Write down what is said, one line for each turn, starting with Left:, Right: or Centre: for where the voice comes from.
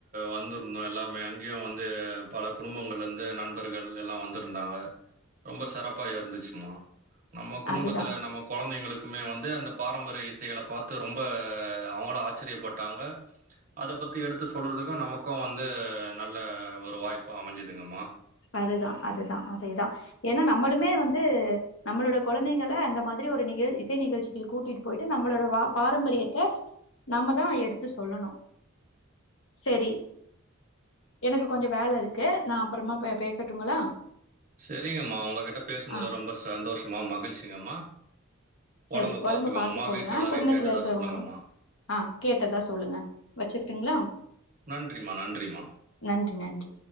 Right: வந்துருந்தோ எல்லாமே அங்கயு வந்து பல குடும்பங்கள்லந்து நண்பர்கள் எல்லா வந்து இருந்தாங்க ரொம்ப சிறப்பா இரந்துச்சும்மா நம்ம குடும்பத்துல
Left: அதுதா
Right: நம்ம கொழந்தைங்களுக்குமே வந்து அந்த பாரம்பரிய இசைகளை பாத்து ரொம்ப அவுங்களு ஆச்சரியப்பட்டாங்க அத பத்தி எடுத்து சொல்றதுக்கு நமக்கு வந்து நல்ல ஒரு வாய்ப்பு அமஞ்சதுங்கம்மா
Left: அதுதா அதுதா அதேதா ஏன்னா நம்மளுமே வந்து நம்மளோட கொழந்தைங்கள அந்த மாதிரி ஒரு நிகழ் இசை நிகழ்ச்சிக்கு கூட்டிட் போய்ட்டு நம்மளோட வா பாரம்பரியத்த நம்மதா எடுத்து சொல்லணு செரி எனக்கு கொஞ்சோ வேல இருக்கு நா அப்றமா பே பேசட்டுங்களா
Right: செரிங்கம்மா உங்ககிட்ட பேசுனதுல
Left: ஆ
Right: ரொம்ப சந்தோஷம்மா மகிழ்ச்சிங்கம்மா
Left: செரி
Right: ஒடம்ப பாத்துக்கோங்கம்மா
Left: பாத்துக்கோங்க
Right: வீட்டுல எல்லாரையு
Left: குடும்பத்துல
Right: கேட்டதா
Left: இருக்கிறவங்களா
Right: சொல்லுங்கம்மா
Left: ஆ கேட்டதா சொல்லுங்க வச்சிரட்டுங்களா
Right: நன்றிமா நன்றிம்மா
Left: நன்றி நன்றி